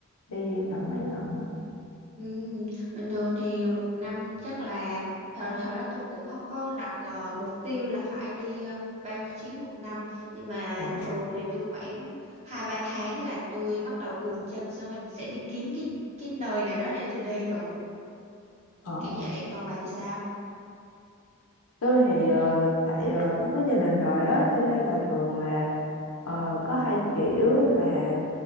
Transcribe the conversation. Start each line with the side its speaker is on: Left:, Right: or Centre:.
Left: đi tầm mấy lần á?
Right: ừ, bình thường thì một năm chắc là thật, thật ra tôi cũng không có đặt ờ, mục tiêu là phải đi ờ, bao nhiêu chuyến một năm nhưng mà
Left: Ờ.
Right: thường thì tôi khoảng hai ba tháng là tôi bắt đầu cuồng chân xong rồi sẽ đi kiếm cái cái nơi nào đó để tôi đi rồi
Left: Ờ.
Right: kiểu vậy còn bà thì sao
Left: Tôi thì ờ, tại ờ, tôi có gia đình rồi á, cho nên là thường là ờ, có hai kiểu là